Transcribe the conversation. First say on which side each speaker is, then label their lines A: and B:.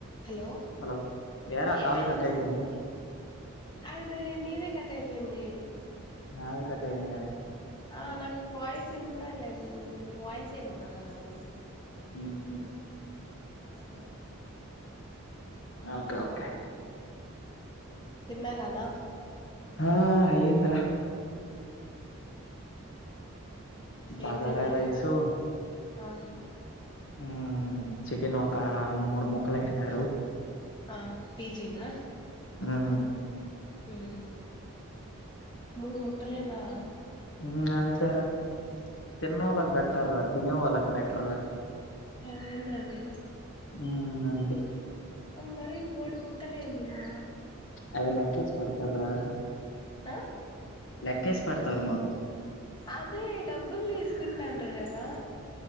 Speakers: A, on the left (about 20°); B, on the left (about 60°).
A: Hello
B: hello ఏరా
A: ఏమైంది
B: call కట్టైపోయింది?
A: అది నీ నీదే కట్టైపోయిందీ
B: నాదె కట్టైంద
A: ఆ నాక్ వాయిస్ ఇన్పరాలే అన్న నీ వాయిసే ఇన్పరాలే నాకు
B: ఉహు
A: ఆ
B: అ ఓకె ఓకే హ్
A: తిన్నారానా?
B: ఆ అయ్యింద్ర బగారా
A: ఏం తిన్నారు
B: రైసు
A: ఆ
B: ఉ చికెన్ ఒక మూడు ముక్కలు ఎహ్నారు.
A: ఆ పిజీనా
B: మ్మ్
A: ఉహ్ మూడు ముక్కలేనా?
B: ఉ అంతేర తిన్నోలకి పెడతార్ రా తినే వాళ్లక్ పె ట్రా
A: అదేందది
B: ఉ అంతే
A: మరీ మూడు ముక్కలు ఎందినా
B: ఆది లక్కేస్ పెడ్తర్ రా
A: అ
B: లెక్కేస్ పెడతారు మాకు
A: అదే డబ్బులు తీసుకుంటాండ్రు కదా